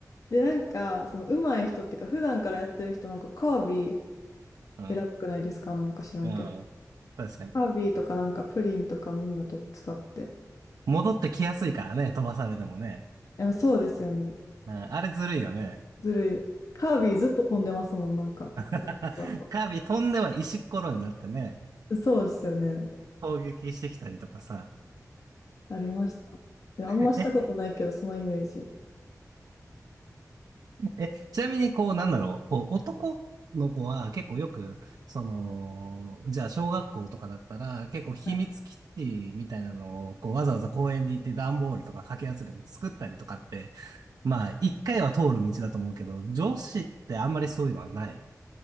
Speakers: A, on the left; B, on the right.
A: で、なんか、そのうまい人っていうか、普段からやってる人なんかカービィ
B: うん。
A: 選ぶくないですかなんか知らんけど。
B: うん。確かに。
A: カービィとかなんかプリンとかみんなと使って。
B: 戻ってきやすいからね、飛ばされてもね。
A: でもそうですよね。
B: うん、あれずるいよね。
A: ずるい。カービィずっと飛んでますもん、なんか。
B: <laughs>
A: ふわふわと
B: カービィ飛んでは石っころになってね、
A: そうですよね。
B: 攻撃してきたりとかさ。
A: ありました。いやあんましたことないけど、
B: え、
A: そのイメージ。
B: え、ちなみにこう、なんだろう、こう、男の子は結構よく、その、じゃあ小学校とかだったら、結構秘密基地みたいなのを、
A: はい
B: こう、わざわざ公園に行って段ボールとかかき集めて作ったりとかって、まあ、一回は通る道だと思うけど、女子ってあんまりそういうのはない。